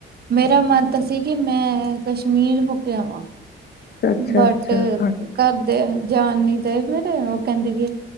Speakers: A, on the right; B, on the left.
A: ਮੇਰਾ ਮੰਨ ਤਾਂ ਸੀ ਕਿ ਮੈਂ ਕਸ਼ਮੀਰ ਹੋ ਕੇ ਆਵਾਂ।
B: ਅੱਛਾ
A: ਬਟ'
B: ਅੱਛਾ ਹਾਂਜੀ
A: ਘਰਦੇ ਜਾਣ ਨੀ ਤੇ ਮੇਰੇ ਉਹ ਕਹਿੰਦੇ ਕਿ